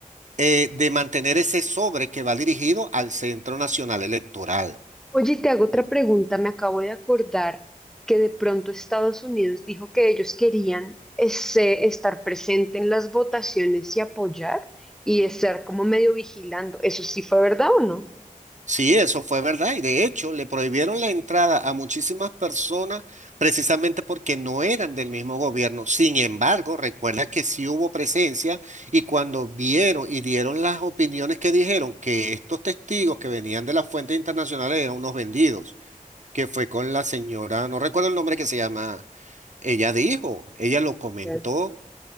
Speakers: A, on the right; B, in the centre.
A: eh, de mantener ese sobre que va dirigido al Centro Nacional Electoral.
B: Oye, te hago otra pregunta, me acabo de acordar que de pronto Estados Unidos dijo que ellos querían ese- estar presente en las votaciones y apoyar y estar como medio vigilando. ¿Eso sí fue verdad o no?
A: Sí, eso fue verdad. Y de hecho, le prohibieron la entrada a muchísimas personas precisamente porque no eran del mismo gobierno. Sin embargo, recuerda que sí hubo presencia y cuando vieron y dieron las opiniones que dijeron que estos testigos que venían de las fuentes internacionales eran unos vendidos. que fue con la señora, no recuerdo el nombre que se llama, ella dijo, ella lo comentó,
B: Ya,